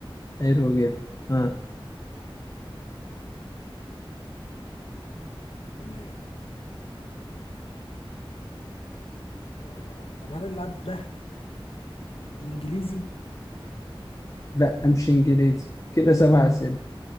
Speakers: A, on the left; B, on the left.
A: حلو جدا اه
B: تمام اه طب هل اللاعب ده انجليزي
A: لا امشي انجليزي كده سبع اسئلة